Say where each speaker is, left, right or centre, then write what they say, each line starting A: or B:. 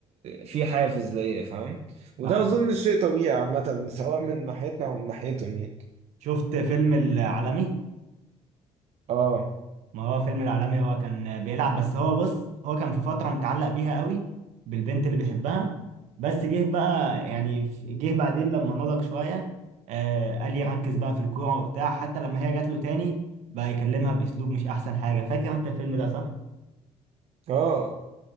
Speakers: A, on the right; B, on the right.
A: في حافز ليا فاهم وده
B: فاهم
A: اظن شيء طبيعي عامة سواء من ناحيتنا او من ناحيتهم يعني
B: شفت فيلم العالمي
A: اه
B: ما هو فيلم العالمي هو كان بيلعب بس هو بص هو كان في فترة متعلق بيها قوي بالبنت اللي بيحبها بس جه بقى يعني جه بعدين لما نضج شوية آه قال لي ركز بقى في الكورة وبتاع حتى لما هي جات له تاني بقى يكلمها بأسلوب مش أحسن حاجة فاكر أنت الفيلم ده صح؟
A: اه